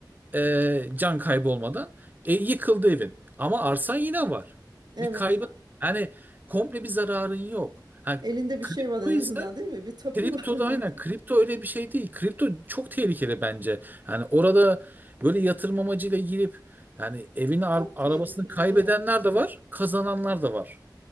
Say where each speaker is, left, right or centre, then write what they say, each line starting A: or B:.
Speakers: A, on the right; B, on the right.
A: E, can kaybı olmadan e, yıkıldı evin. Ama arsan yine var.
B: Evet.
A: Bir kaybın yani komple bir zararın yok. Ha,
B: Elinde bir
A: kripto
B: şey var en
A: ise
B: azından değil mi? Bir tapu
A: Kripto
B: <laughs> var
A: da
B: yani.
A: aynen. Kripto öyle bir şey değil. Kripto çok tehlikeli bence. Yani orada böyle yatırım amacıyla girip yani evini ar-
B: Çok
A: arabasını
B: tehlikeli
A: kaybedenler
B: evet.
A: de var, kazananlar da var.